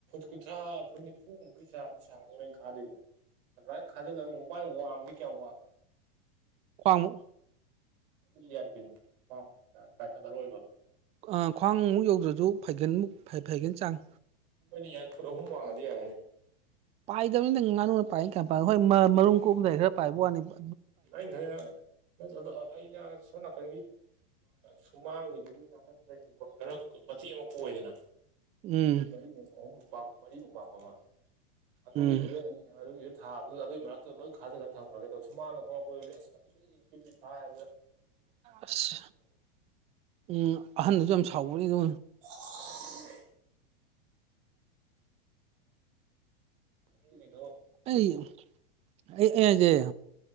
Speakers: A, on the right (about 60°); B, on the right (about 20°).
A: ꯀꯨꯟꯊ꯭ꯔꯥ ꯐꯨꯟ ꯅꯤꯐꯨꯃꯨꯛꯩ ꯁꯥꯡꯉꯅꯤ ꯁꯥꯡꯉꯅꯤꯕꯩꯅ ꯀꯥꯗꯣꯏꯗꯣ ꯑꯗꯨꯥꯏꯅ ꯈꯥꯖꯤꯜꯂ ꯋꯥꯏ ꯋꯥꯡꯕꯗꯤ ꯀꯌꯥꯝ ꯋꯥꯡꯉꯦ
B: ꯋꯥꯃ
A: ꯑꯗꯨꯗꯤ ꯌꯥꯏ ꯀꯩꯅꯣ ꯄꯥꯎ ꯄꯥꯏꯈꯠꯂꯔꯣꯏꯕ
B: ꯑ ꯈ꯭ꯋꯥꯡꯃꯨꯛ ꯌꯧꯗ꯭ꯔꯁꯨ ꯐꯩꯒꯟꯃꯨꯛ ꯐꯩꯒꯟ ꯆꯥꯡ
A: ꯑꯩꯅꯤ ꯌꯥ ꯄꯔꯍ ꯋꯥꯥꯡꯉꯗ ꯌꯥ
B: ꯄꯥꯏꯗꯕꯅꯤꯅ ꯉꯥꯅꯨꯅ ꯄꯥꯏ ꯀ ꯄꯥꯏ ꯍꯣꯏ ꯃꯔꯨꯝ ꯀꯣꯛꯝꯗꯥꯏ ꯈꯔ ꯄꯥꯏꯕ ꯋꯥꯅꯤꯕ
A: ꯉ ꯊ ꯑꯩꯅ ꯁꯣꯅꯥꯀ ꯁꯨꯃꯥꯡꯒꯤꯗꯨꯒꯤ ꯅꯥꯀꯟꯗ ꯍꯤꯡꯒꯣꯜ ꯈꯔ ꯃꯇꯦꯛ ꯑꯃ ꯀꯣꯏꯗꯅ
B: ꯎꯝ
A: ꯃꯔꯤ ꯑꯍꯨꯝ ꯃꯔꯤꯃꯨꯛꯄꯥꯛꯄ ꯑꯃ ꯑꯗꯨꯒꯤꯗꯨꯗ
B: ꯎꯝ
A: ꯊꯥꯕꯗꯨꯗ ꯑꯗꯨꯒꯤ ꯃꯔꯛꯇꯗ ꯂꯣꯏ ꯈꯥꯖꯤꯂꯒ ꯊꯝꯈ꯭ꯔꯒꯦ ꯇ ꯁꯨꯃꯥꯡꯅ ꯍꯧꯔꯛꯄꯗꯨꯗꯤ ꯑꯁꯤ ꯄꯤ ꯐꯥꯏ
B: ꯑꯁ ꯎꯝ ꯑꯍꯟꯗꯁꯨ ꯌꯥꯝ ꯁꯥꯎꯕꯅꯤꯗ
A: <inaudible> ꯗꯨ
B: ꯑꯩ ꯑꯩ ꯑꯩꯁꯦ